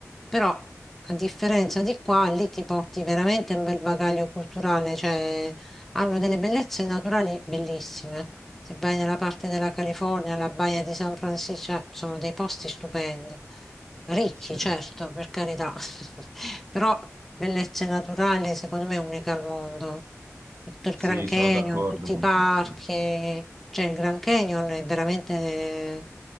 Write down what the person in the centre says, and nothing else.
Però, a differenza di qua, lì ti porti veramente un bel bagaglio culturale, cioè hanno delle bellezze naturali bellissime. Se vai nella parte della California, la baia di San Francisco, cioè, sono dei posti stupendi. Ricchi,
certo, per carità, <laughs> però bellezze naturali secondo me uniche al mondo. E tutto Il
Grand Canyon,
tutti
i parchi,
cioè il Grand Canyon è veramente,